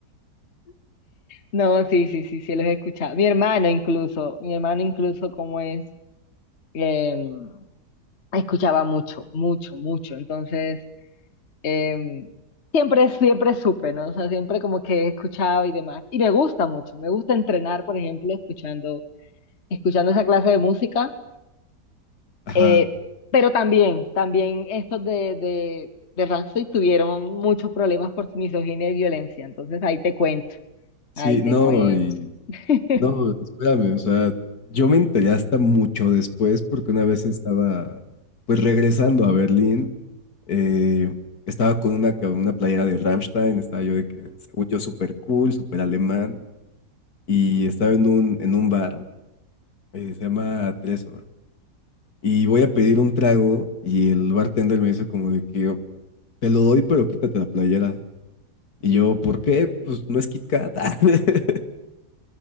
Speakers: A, on the left (about 45°); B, on the left (about 65°).
A: No, sí, sí, sí, sí, los he escuchado. Mi hermano incluso, mi hermano incluso como es, em, escuchaba mucho, mucho, mucho. Entonces, em, siempre, siempre supe, ¿no? O sea, siempre como que he escuchado y demás. Y me gusta mucho, me gusta entrenar, por ejemplo, escuchando, escuchando esa clase de música.
B: Ajá.
A: Eh, pero también, también estos de, de, de Rancid tuvieron muchos problemas por misoginia y violencia. Entonces ahí te cuento,
B: Sí,
A: ahí te
B: no,
A: cuento.
B: y
A: <laughs>
B: No, espérame, o sea, yo me enteré hasta mucho después porque una vez estaba, pues regresando a Berlín, eh, estaba con una, ca- una playera de Rammstein, estaba yo de que, según yo, súper cool, súper alemán, y estaba en un, en un bar, eh, se llama Tresor, y voy a pedir un trago y el bartender me dice como de que yo, te lo doy, pero quítate la playera. Y yo, ¿por qué? Pues no es Kit Kat. <laughs>